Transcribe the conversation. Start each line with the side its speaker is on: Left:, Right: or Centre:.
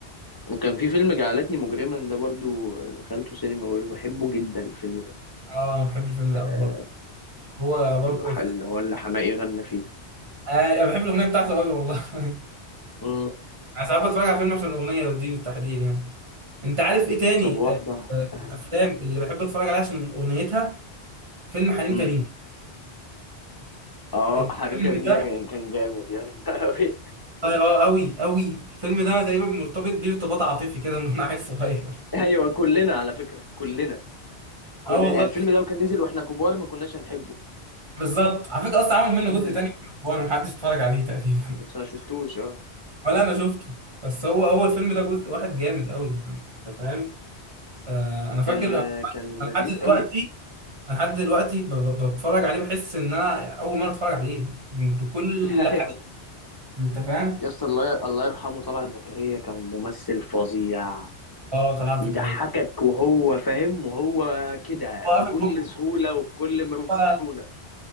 Left: وكان في فيلم جعلتني مجرما ده برضو آه، دخلته سينما وبحبه جدا الفيلم ده
Right: أه أنا بحب الفيلم ده
Left: آه،
Right: أوي برضه هو برضه
Left: اللي ح- اللي هو اللي حماقي غنى فيه
Right: <laughs> آه أنا بحب الأغنية بتاعته أوي والله <laughs>
Left: مم.
Right: انا ساعات بتفرج على فيلم عشان الاغنيه دي بالتحديد يعني انت عارف ايه تاني
Left: طب واحدة
Right: آه،
Left: واحدة
Right: آه، الافلام اللي بحب اتفرج عليها عشان اغنيتها فيلم حليم
Left: مم.
Right: كريم
Left: اه
Right: الفيلم
Left: حبيب كريم
Right: ده
Left: ده كان كان جامد يا اسطى أوي.
Right: اه آه، قوي قوي الفيلم ده انا تقريبا مرتبط بيه ارتباط عاطفي كده من وانا عيل صغير
Left: <laughs> ايوه كلنا على فكرة كلنا كلنا
Right: <laughs> اه والله
Left: يعني الفيلم ده وكان نزل واحنا كبار ما كناش هنحبه
Right: بالظبط على فكره اصلا عامل منه
Left: <laughs>
Right: جزء تاني في الاخبار محدش اتفرج عليه تقريبا
Left: بس ما شفتوش اه
Right: <laughs> ولا انا شفته بس هو اول فيلم ده جزء واحد جامد قوي انت فاهم آه انا فاكر
Left: كان كان
Right: أنا
Left: لذيذ
Right: لحد دلوقتي
Left: قوي
Right: لحد دلوقتي ب- ب- بتفرج عليه بحس ان انا اول مره اتفرج عليه بكل
Left: <laughs> ايوه
Right: حاجه انت فاهم
Left: يا اسطى الله الله يرحمه طلعت زكريا كان ممثل فظيع
Right: اه طلعت
Left: يضحكك
Right: زكريا
Left: وهو فاهم وهو كده
Right: هو
Left: بكل
Right: قافل بقه
Left: سهولة وبكل مرونة
Right: هو